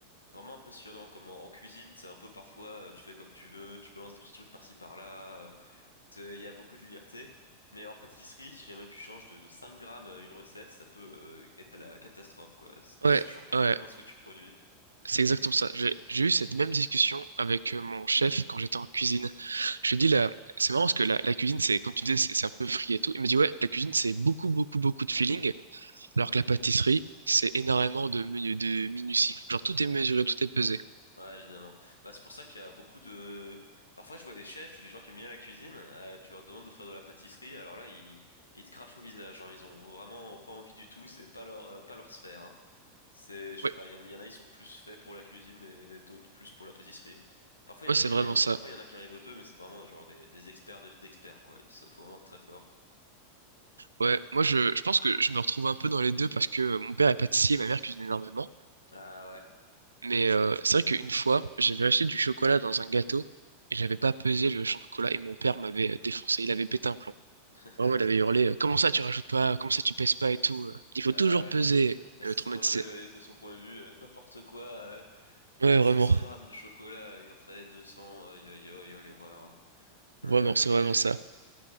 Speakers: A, on the left; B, on the right.
A: vraiment impressionnant. Comme en, en cuisine, c'est un peu parfois euh, tu fais comme tu veux, tu balances des petits trucs par-ci par-là. euh, t'es- Il y a beaucoup de liberté. Mais en pâtisserie, si jamais tu changes de, de 5 grammes euh, une recette, ça peut euh, être la catastrophe, quoi. C'est-
B: Ouais,
A: Ça change complètement
B: ouais.
A: ce que tu produis.
B: C'est exactement ça. J'ai j'ai eu cette même discussion avec euh, mon chef quand j'étais en cuisine. Je lui dis là, c'est marrant parce que la, la cuisine, c'est, comme tu disais, c'est c'est un peu free et tout. Il me dit ouais, la cuisine, c'est beaucoup, beaucoup, beaucoup de feeling, alors que la pâtisserie, c'est énormément de menu, de minutie. Genre tout est mesuré, tout est pesé.
A: Ouais, évidemment. Bah, c'est pour ça qu'il y a beaucoup de... Parfois, je vois des chefs ou des gens qui aiment bien la cuisine, euh, tu leur demandes de faire de la pâtisserie, alors là, ils, ils te crachent au visage, hein. Ils ont vraiment pas envie du tout, c'est pas leur, euh, pas leur sphère, hein. C'est, je
B: Ouais,
A: sais pas, il y, en a, il y en a, ils sont plus faits pour la cuisine et d'autres plus pour la pâtisserie. Parfois, il
B: ouais,
A: y en a
B: c'est
A: qui
B: vraiment
A: arrivent, au-
B: ça.
A: parfois, il y en a qui arrivent aux deux, mais c'est vraiment genre des, des experts de- d'experts, quoi. Il se- faut vraiment être très fort.
B: Ouais, moi je, je pense que je me retrouve un peu dans les deux parce que euh, mon père est pâtissier, ma mère cuisine énormément.
A: Ah ouais.
B: Mais euh, c'est vrai qu'une fois, j'avais acheté du chocolat dans un gâteau et j'avais pas pesé le chocolat et mon père m'avait euh, défoncé. Il avait pété un plomb.
A: <laughs>
B: Vraiment, il avait hurlé, euh, comment ça tu rajoutes pas, comment ça tu pèses pas et tout. euh, il faut
A: Ah
B: toujours peser.
A: ouais. Et
B: Il
A: ça
B: m'avait traumatisé.
A: semble, ouais, ouais, ouais, de son point de vue, euh, n'importe quoi. euh,
B: Ouais,
A: Tu mets
B: vraiment.
A: 500 grammes de chocolat, il en fallait 200, aïe aïe aïe, aïe, l'erreur. <laughs> Ouais,
B: Vraiment, c'est
A: Ok,
B: vraiment ça. <laughs>